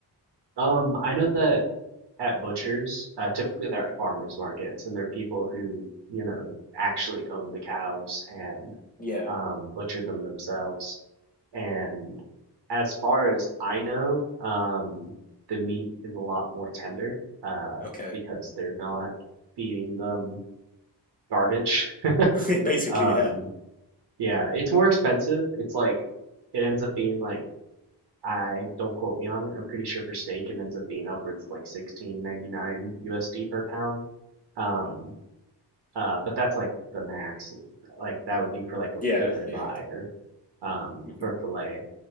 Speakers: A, on the right; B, on the left.
A: Um, I know that at butchers, uh, typically they're at farmers markets, and they're people who, you know, actually own the cows and
B: yeah.
A: um, butcher them themselves. And as far as I know, um, the meat is a lot more tender, uh,
B: Okay.
A: because they're not feeding them garbage.
B: <laughs> Basically,
A: Um,
B: yeah.
A: yeah, it's more expensive. It's like it ends up being like I don't quote me on it. I'm pretty sure for steak it ends up being upwards of like 16.99 USD per pound. Um,
B: Oh wow.
A: uh, but that's like the max. Like that would be for like a
B: Yeah.
A: good ribeye
B: Yeah.
A: or um
B: hmm
A: for fillet.